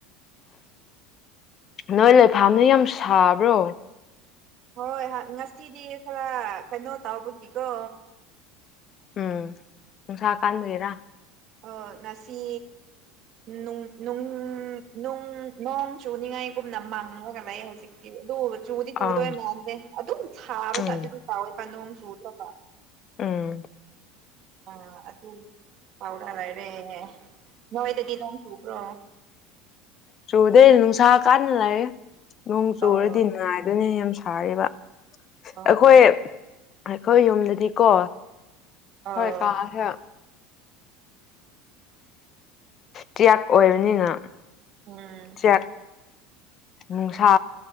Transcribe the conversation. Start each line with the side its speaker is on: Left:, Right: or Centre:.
Left: ꯅꯣꯏ ꯂꯩꯐꯝꯗ‌ꯣ ꯌꯥꯝ ꯁꯥꯕ꯭ꯔꯣ
Right: ꯍꯣꯏ ꯉꯁꯤꯗꯤ ꯈꯔ ꯀꯩꯅꯣ ꯇꯧꯕꯒꯤꯀꯣ
Left: ꯎꯝ ꯅꯨꯡꯁꯥ ꯀꯥꯟꯕꯒꯤꯔꯥ
Right: ꯑꯣ ꯉꯁꯤ ꯅꯨꯡ ꯅꯨꯡ ꯄꯨꯡ ꯅꯣꯡ ꯆꯨꯅꯤꯉꯥꯏꯒꯨꯝꯅ ꯃꯥꯡꯉꯒ ꯂꯩ ꯍꯧꯖꯤꯛ ꯑꯗꯨ ꯆꯨꯗꯤ ꯆꯨꯗꯣꯏ
Left: ꯑꯥ
Right: ꯃꯥꯟꯗꯦ ꯑꯗꯨꯝ ꯊꯥꯕ
Left: ꯎꯝ
Right: ꯆꯠꯂꯦꯕ ꯀꯥꯎꯋꯦ ꯄꯥ ꯅꯣꯡ ꯆꯨꯗꯕ
Left: ꯎꯝ
Right: ꯑꯥ ꯑꯗꯨ ꯄꯥꯎꯔ ꯂꯩꯔꯦ ꯅꯣꯏꯗꯗꯤ ꯅꯣꯡ ꯆꯨꯕ꯭ꯔꯣ
Left: ꯆꯨꯗ ꯅꯨꯡꯁꯥ ꯀꯟꯅ ꯂꯩꯌꯦ ꯅꯣꯡ ꯆꯨꯔꯗꯤ
Right: ꯑꯣ
Left: ꯅꯨꯉꯥꯏꯗꯣꯅꯦ ꯌꯥꯝ ꯁꯥꯏꯌꯦꯕ
Right: ꯑꯣ
Left: ꯑꯩꯈꯣꯏ ꯑꯩꯈꯣꯏ ꯌꯨꯝꯗꯗꯤꯀꯣ
Right: ꯑꯣ
Left: ꯍꯣꯏ ꯀꯥꯥꯁꯦ ꯆꯦꯛ ꯑꯣꯏꯕꯅꯤꯅ
Right: ꯎꯝ
Left: ꯆꯦꯛ ꯅꯨꯡꯁꯥ